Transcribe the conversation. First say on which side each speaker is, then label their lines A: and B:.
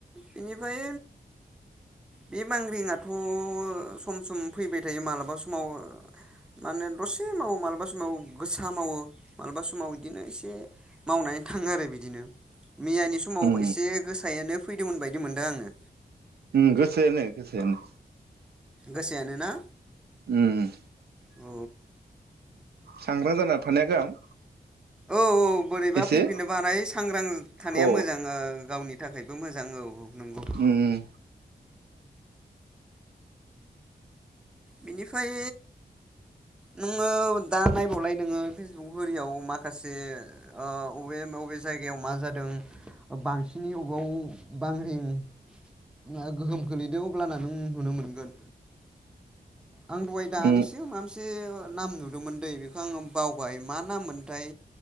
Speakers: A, in the centre; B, on the right (about 75°).
A: बेनिफाय बे बांग्रिङाथ' सम सम फैबाय थायो मालाबा समाव माने दसे मावो मालाबा समाव गोसा मावो मालाबा समाव बिदिनो एसे मावनानै थाङो आरो बिदिनो मैयानि समाव
B: उम
A: एसे गोसायानो फैदोंमोन बायदि मोनदों आङो।
B: उम गोसोनो गोसोनो।
A: गोसायानोना?
B: उम उम।
A: औ।
B: सांग्रां जाना थानाया‌ गाहाम
A: औ औ बोरैबा
B: एसे
A: फैफिननोबो हानाय सांग्रां थानाया
B: औ
A: मोजां ओ गावनि थाखायबो मोजां औ औ। नंगौ
B: उम उम।
A: बिनिफ्राय नोङो दा नायबावलाय नोङो फेसबुक ओरियाव माखासे ओ अबे अबे जायगायाव मा जादों बांसिनै अबाव बांग्रिंआ गोहोम खोलैदों अब्लाना नों नुनो मोनगोन। आं दहाय दानिसो
B: उम
A: माबा मोनसे नाम नुदोंमोन दै बेखौ आङो बावबाय मा नाम मोनथाय